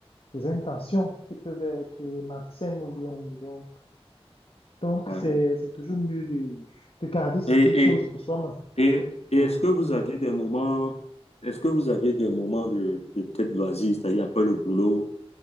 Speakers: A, on the left; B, on the left.
A: des intentions qui peuvent être malsaines ou bien donc, donc,
B: Ouais.
A: c'est, c'est toujours mieux de, de garder certaines
B: Et,
A: choses
B: et,
A: pour soi-même.
B: et, et
A: Oui,
B: est-ce que vous aviez des moments, est-ce que vous aviez des moments de, de peut-être loisirs, c'est-à-dire après le boulot,